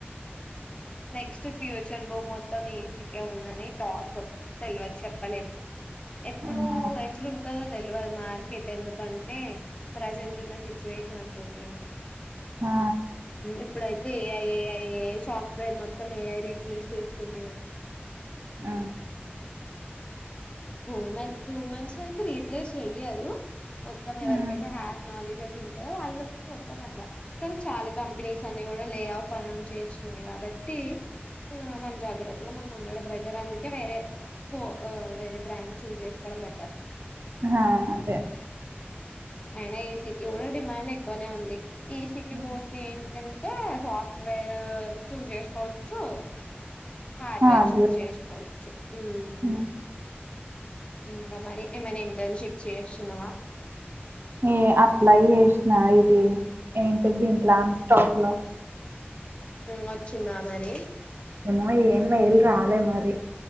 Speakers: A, on the left; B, on the right.
A: నెక్స్ట్ ఫ్యూచర్ భూమ్మి మొత్తం ఏసీకే ఉందని టాక్ తెలియవదు చెప్పలేం ఎప్పుడు
B: హ్మ్.
A: ఎట్లుంటందో తెలియదు మార్కెట్ ఎందుకంటే ప్రజెంట్ ఉన్న సిచ్యువేషన్ అట్లుంది కదా
B: ఆ
A: ఇప్పుడయితే అయితే ఏఐ ఏఐ ఏఐ సాఫ్ట్వేర్ మొత్తం ఏఐ రీప్లేస్ చేస్తుంది కదా
B: అ
A: హూమెన్ హూమెన్స్ అయితే రీప్లేస్ అయ్యారు మొత్తం ఎవరికైతే
B: హ్మ్
A: హ్యాఫ్ నాలెడ్జ్ అట్లు ఉంటుందో వాళ్ళు మొత్తం అట్లా కానీ చాలా కంపెనీస్ అనే కూడా లే ఆఫ్ అన్న్ చేస్తున్నాయి కాబట్టి ఆ మన జాగ్రత్తలో మనం ఉండడం బయటర్ అందుకే వేరే కో వే బ్రాండ్ చూజ చేసుకోవడం బెటర్
B: హా అదే
A: అయినా ఈ సిటీ కూడా డిమాండ్ ఎక్కువనే ఉంది ఈసీకి
B: హ్మ్.
A: పోతే ఏంటంటే సాఫ్ట్వేర్ చూజ్ చేసుకోవచ్చు హార్డ్వేర్
B: ఆ అదే
A: చేసుకోవచ్చు ఉమ్
B: హ్మ్.
A: ఇంకా మరి ఏమైనా ఇంటర్న్షిప్ చేస్తున్నావా
B: న అప్లై చేసినా ఇది ఏంటి
A: ఉమ్
B: దీంట్లో అన్ స్టాక్ లో
A: వచ్చిందా మని
B: మోయి ఎన్న ఇల్ ఆదే మారి